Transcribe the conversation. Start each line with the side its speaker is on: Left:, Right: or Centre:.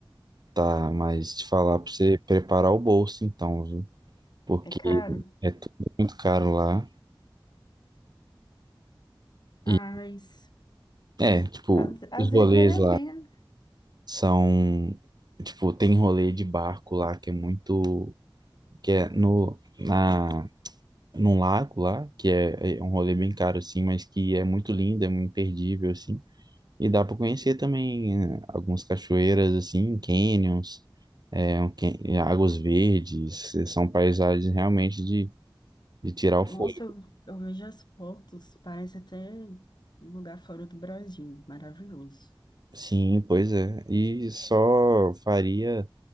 Right: Tá, mas te falar pra você preparar o bolso, então, viu? porque
Left: É caro?
Right: é tudo muito caro lá.
Left: Ah,
Right: E
Left: mas
Right: é, tipo,
Left: às, às
Right: os
Left: vezes
Right: rolês
Left: vale a
Right: lá
Left: pena.
Right: são, tipo, tem rolê de barco lá que é muito, que é no na num lago lá, que é, é um rolê bem caro assim, mas que é muito lindo, é muito imperdível assim. E dá para conhecer também né, algumas cachoeiras assim, canyons, é, um can- é, águas verdes, eh, são paisagens realmente de de tirar o
Left: Nossa,
Right: fôlego.
Left: eu, eu vejo as fotos, parece até um lugar fora do Brasil. Maravilhoso.
Right: Sim, pois é. E só faria